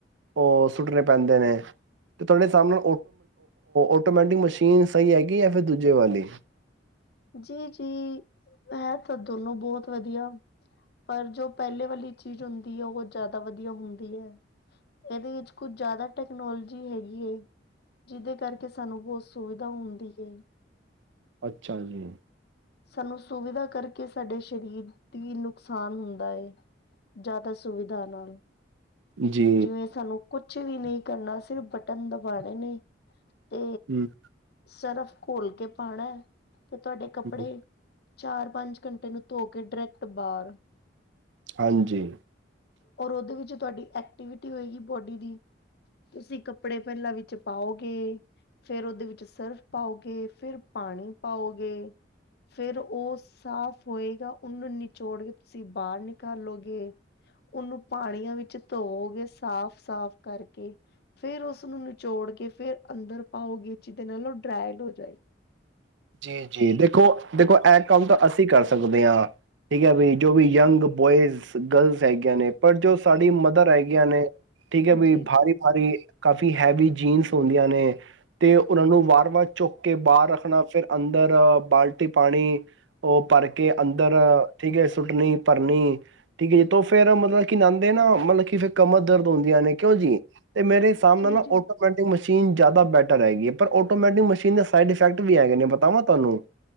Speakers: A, on the right (about 80°); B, on the left (about 55°).
A: ਉਹ ਸੁੱਟਣੇ ਪੈਂਦੇ ਨੇ, ਤੇ ਤੁਹਾਡੇ ਸਾਹਮਣੇ ਆਟੋਮੈਟਿਕ ਮਸ਼ੀਨ ਸਹੀ ਹੈਗੀ ਏ ਫਿਰ। ਦੂਜੇ ਵਾਲੀ
B: ਜੀ, ਜੀ। ਹੈ ਤਾਂ ਦੋਨੋ ਬਹੁਤ ਵਧੀਆ, ਪਰ ਜੋ ਪਹਿਲੇ ਵਾਲੀ ਚੀਜ਼ ਹੁੰਦੀ ਹੈ, ਉਹ ਜ਼ਿਆਦਾ ਵਧੀਆ ਹੁੰਦੀ ਹੈ, ਇਹਦੇ ਵਿੱਚ ਕੁੱਝ ਜ਼ਿਆਦਾ ਟੈਕਨੋਲੋਜੀ ਹੈਗੀ ਏ, ਜਿਹਦੇ ਕਰਕੇ ਸਾਨੂੰ ਬਹੁਤ ਸੁਵਿਧਾ ਤਾਂ ਹੁੰਦੀ ਏ।
A: ਅੱਛਾ ਜੀ।
B: ਸਾਨੂੰ ਸੁਵਿਧਾ ਕਰਕੇ ਸਾਡੇ ਸਰੀਰ ਦੀ ਨੁਕਸਾਨ ਹੁੰਦਾ ਹੈ, ਜ਼ਿਆਦਾ ਸੁਵਿਧਾ ਨਾਲ।
A: ਜੀ
B: ਜਿਵੇਂ ਸਾਨੂੰ ਕੁਛ ਵੀ ਨਹੀਂ ਕੀ ਕਰਨਾ, ਸਿਰਫ ਬਟਨ ਦਬਾਣੇ ਨੇ ਤੇ
A: ਹੂੰ,
B: ਸਿਰਫ ਘੋਲ ਕੇ ਪਾਣਾ ਤੇ ਤੁਹਾਡੇ ਕੱਪੜੇ
A: ਹੂੰ।
B: ਚਾਰ ਪੰਜ ਘੰਟੇ ਨੂੰ ਧੋ ਕੇ ਡਰੈਕਟ ਬਾਹਰ
A: ਹਾਂਜੀ
B: ਔਰ ਉਹਦੇ ਵਿੱਚ ਤੁਹਾਡੀ ਐਕਟੀਵਿਟ ਟੁੱਟੀ ਹੋਏਗੀ ਬੋਡੀ ਦੀ, ਤੁਸੀਂ ਕੱਪੜੇ ਪਹਿਲਾਂ ਵਿੱਚ ਪਾਉਗੇ, ਫੇਰ ਉਹਦੇ ਵਿੱਚ ਸਰਫ ਪਾਓਗੇ ਫਿਰ ਪਾਣੀ ਪਾਉਗੇ। ਫੇਰ ਓਸ ਸਾਫ ਹੋਏਗਾ ਉਹਨੂੰ ਨਿਚੋੜ ਕੇ ਤੁਸੀਂ ਬਾਹਰ ਨਿਕਾਲੋਗੇ, ਉਹਨੂੰ ਪਾਣੀਆਂ ਵਿੱਚ ਧੋਵੋਗੇ ਸਾਫ਼- ਸਾਫ਼ ਕਰਕੇ, ਫੇਰ ਉਸਨੂੰ ਨਿਚੋੜ ਕੇ ਫੇਰ ਅੰਦਰ ਪਾਉਗੇ, ਜਿਹਦੇ ਨਾਲ ਉਹ ਡਰਾਇਡ ਹੋ ਜਾਏਗੀ।
A: ਜੀ- ਜੀ ਦੇਖੋ- ਦੇਖੋ, ਇਹ ਕੰਮ ਤਾਂ ਅਸੀਂ ਕਰ ਸਕਦੇ ਹਾਂ, ਠੀਕ ਹੈ ਵੀ ਜੋ ਵੀ ਜੰਗ ਬੋਇਜ਼, ਗਰਲਜ਼ ਹੈਗੀਆਂ ਨੇ ਪਰ ਜੋ ਸਾਡੀ ਮਦਰ ਹੈਗੀਆਂ ਨੇ, ਠੀਕ ਹੈ
B: ਜੀ
A: ਵੀ
B: ਜੀ
A: ਭਾਰੀ- ਭਾਰੀ ਕਾਫੀ ਹੈਵੀ ਜੀਨਸ ਹੁੰਦੀਆਂ ਨੇ, ਤੇ ਉਹਨਾਂ ਨੂੰ ਵਾਰ- ਵਾਰ ਚੁੱਕ ਕੇ ਬਾਹਰ ਰੱਖਣਾ ਫਿਰ ਅੰਦਰ ਬਾਲਟੀ ਪਾਣੀ ਉਹ ਭਰ ਕੇ ਅੰਦਰ ਠੀਕ ਹੈ ਸੁੱਟਣੀ ਭਰਨੀ ਠੀਕ ਹੈ ਜੀ, ਤੇ ਫੇਰ ਮਤਲਬ ਕਿ ਨਾਂਦੇ ਨਾ ਮਤਲਬ ਕਿ ਫਿਰ ਕਮਰ ਦਰਦ ਹੁੰਦੀਆਂ ਨੇ ਕਿਉਂ ਜੀ, ਤੇ ਮੇਰੇ ਹਿਸਾਬ ਨਾਲ
B: ਜੀ
A: ਨਾ
B: ਜੀ
A: ਆਟੋਮੈਟਿਕ ਮਸ਼ੀਨ ਮਸ਼ੀਨ ਜ਼ਿਆਦਾ ਬੈਟਰ ਹੈਗੀ ਹੈ, ਪਰ ਆਟੋਮੈਟਿਕ ਮਸ਼ੀਨ ਦੇ ਸਾਈਡ ਇਫੈਕਟ ਵੀ ਹੈਗੇ ਨੇ। ਪਾਵਾਂ ਤੁਹਾਨੂੰ।